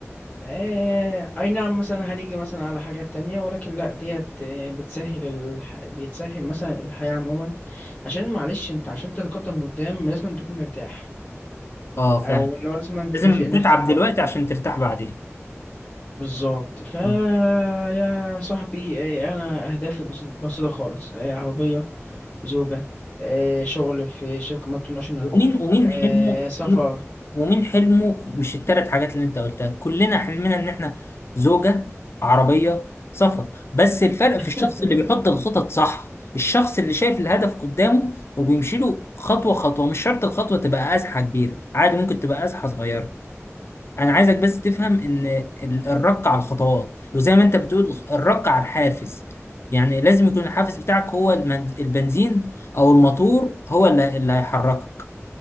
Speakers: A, on the left (about 30°); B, on the left (about 55°).
A: آه... اي نعم مثلا هنيجي مثلا على حاجات تانية ولكن لا ديت آه، بتسهل الح... بتسهل مثلا الحياة عموما عشان معلش انت عشان تتقدم لقدام لازم تكون مرتاح
B: اه فعلا
A: او لو لازم تكافئ
B: لازم
A: نفسك
B: تتعب دلوقتي عشان ترتاح بعدين
A: بالظبط فا
B: آه.
A: يا صاحبي آه، انا اهدافي بسيطه بسيطة خالص آه، عربيه زوجه آه، شغل في شركه مالتي ناشونال
B: ومين ومين حلمه
A: آه، سفر
B: ومين حلمه مش التلات حاجات اللي انت قلتها كلنا حلمنا ان احنا زوجة عربية سفر بس الفرق
A: <laughs>
B: في الشخص اللي بيحط الخطط صح الشخص اللي شايف الهدف قدامه وبيمشي له خطوة خطوة مش شرط الخطوة تبقى أزحة كبيرة عادي ممكن تبقى أزحة صغيرة أنا عايزك بس تفهم إن ال- الرق على الخطوات وزي ما أنت بتقول الرق على الحافز يعني لازم يكون الحافز بتاعك هو المن- البنزين أو الموتور هو اللي اللي هيحركك